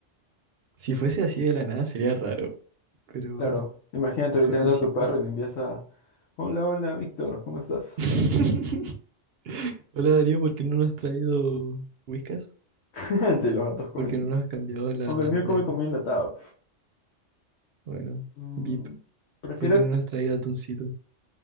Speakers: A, on the right (about 60°); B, on the left (about 80°).
A: si fuese así de la nada sería raro, pero
B: Claro. Imagínate, ahorita
A: conociendo...
B: entra tu perro y te empieza a... Hola, hola, Víctor, ¿cómo estás?
A: <laughs> Hola Darío, ¿por qué no nos has traído whiskas?
B: <laughs> Sí, los gatos comen.
A: ¿Por qué no nos has cambiado la,
B: Aunque el mío
A: la
B: come
A: arena?
B: comida enlatada.
A: Bueno,
B: Mm,
A: VIP,
B: ¿prefieres?
A: ¿por qué no nos has traído atuncito?